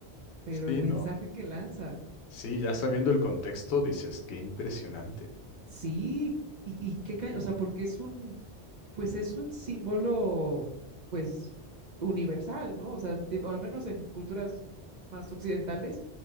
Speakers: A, on the right; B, on the left.
A: pero
B: Sí,
A: el mensaje
B: ¿no?
A: que lanza,
B: Sí, ya sabiendo el contexto dices, qué impresionante.
A: sí, y, y qué, ca- o sea, porque es un, pues es un símbolo, pues, universal, ¿no? O sea, enti- o al menos en culturas más occidentales,